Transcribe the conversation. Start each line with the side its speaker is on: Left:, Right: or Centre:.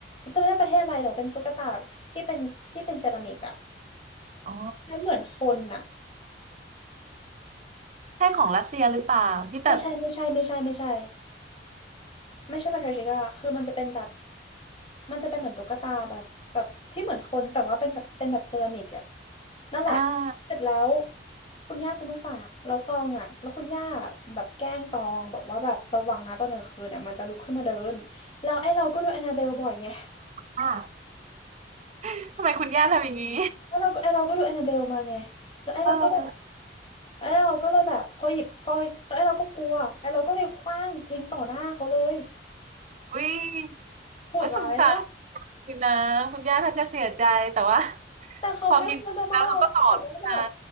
Left: จำไม่ได้ประเทศอะไรแต่เป็นตุ๊กตาแบบที่เป็นที่เป็นเซรามิกอะ
Right: อ๋อ
Left: แล้วเหมือนคนอะ
Right: ใช่ของรัสเซียหรือเปล่าที่แบบ
Left: ไม่ใช่ไม่ใช่ไม่ใช่ไม่ใช่ ไม่ใช่มันเทรชิก้าคือมันจะเป็นแบบมันจะเป็นเหมือนตุ๊กตาแบบแบบที่เหมือนคนแต่ว่าเป็นแบบเป็นแบบเซรามิกอะนั่นแหละ
Right: อ่า
Left: เสร็จแล้วคุณย่าซื้อมาฝากแล้วตองอะแล้วคุณย่าแบบแกล้งตองบอกว่าแบบระวังนะตอนกลางคืนเนี่ยมันจะลุกขึ้นมาเดินแล้วไอ้เราก็ดูแอนนาเบลบ่อยไง
Right: อ่า <laughs> ทำไมคุณย่าทำอย่างนี้
Left: แล้วเราก็ไอ้เราก็ดูแอนนาเบลมาไงแล้วไอ้เราก็แบบ
Right: เออ
Left: ไอ้เราก็เลยแบบพอหยิบพอแล้วไอ้เราก็กลัวไอ้เราก็เลยขว้างทิ้งต่อหน้าเขาเลย
Right: อุ้ย
Left: โหดร้ายปะ
Right: โอ้ยสงสารคุณนะคุณย่าท่านจะเสียใจแต่ว่า
Left: แต่เขาไม่ควรจะมาหลอกบอกว่าแบบ
Right: <laughs> พอคิดแล้วเราก็สอนนะ